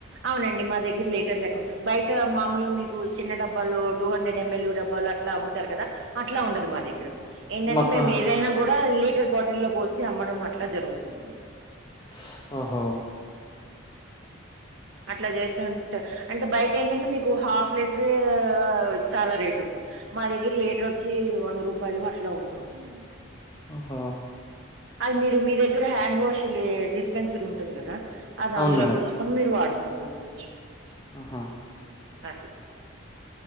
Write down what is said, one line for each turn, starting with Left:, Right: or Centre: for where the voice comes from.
Right: అవునండి మా దగ్గర లీటర్ కు బయట మామూలుగా మీకు చిన్న డబ్బాలో టూ హండ్రెడ్ యమ్ ఎల్ డబ్బాలు అట్లా అమ్ముతారు కదా అట్లా ఉండదు మా దగ్గర. ఏంటంటే
Left: మొత్తం
Right: మేము ఏదైనా కూడా లీ అట్లే బాటిల్లో పోసి అమ్మడం అట్లా జరుగుతూ ఉంటుంది.
Left: ఇస్ ఓహో
Right: అట్లా చేస్తుంటే అంటే బైక్ ఏంటంటే మీకు హాఫ్ లీటర్ ఏ చాలా రేట్ ఉంటుంది మా దగ్గర లీటర్ వచ్చి వంద రూపాయలు అట్లా ఉంటుంది. టుందనమాట.
Left: ఓహో
Right: అది మీరు మీ దగ్గర హ్యాండ్ వాషు లే డిస్పెన్సరీ ఉంటుంది కదా అది
Left: అవును
Right: అందులో
Left: మేడం
Right: కూర్చుకొని మీరు వాడుకుంటు రోండచ్చు
Left: ఆహా
Right: అట్లా,